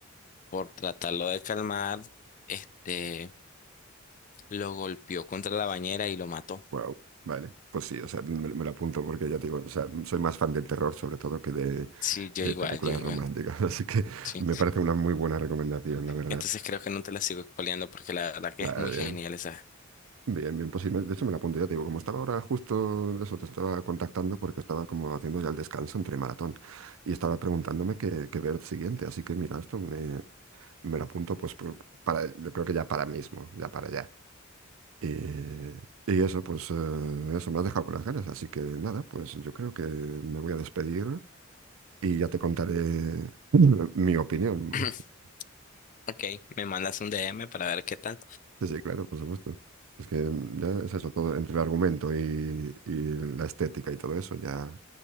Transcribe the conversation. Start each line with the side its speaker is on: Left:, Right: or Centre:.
Left: por tratarlo de calmar, este, lo golpeó contra la bañera y lo mató.
Right: Wow, vale. Pues sí, o sea, me, me lo apunto porque ya te digo, o sea, soy más fan del terror sobre todo que de,
Left: Sí, yo
Right: de
Left: igual,
Right: películas
Left: yo igual.
Right: románticas, <laughs> así que
Left: Sí.
Right: me parece una muy buena recomendación, la verdad.
Left: Entonces creo que no te la sigo expoliando porque la verdad que
Right: Vale,
Left: es muy
Right: bien,
Left: genial esa.
Right: bien, bien, pues sí, me- de hecho me lo apunto, ya te digo, como estaba ahora justo, eso, te estaba contactando porque estaba como haciendo ya el descanso entre maratón y estaba preguntándome qué, qué ver siguiente, así que mira, esto me, me lo apunto pues por- para, yo creo que ya para mismo, ya para ya. Y, y eso, pues, eh, eso me ha dejado con las ganas. Así que nada, pues yo creo que me voy a despedir y ya te contaré <clears throat> <laughs> mi opinión.
Left: <clears throat>
Right: <laughs>
Left: Ok, me mandas un DM para ver qué tal.
Right: Sí, sí, claro, por supuesto. Es que mm, ya es eso, todo entre el argumento y, y la estética y todo eso, ya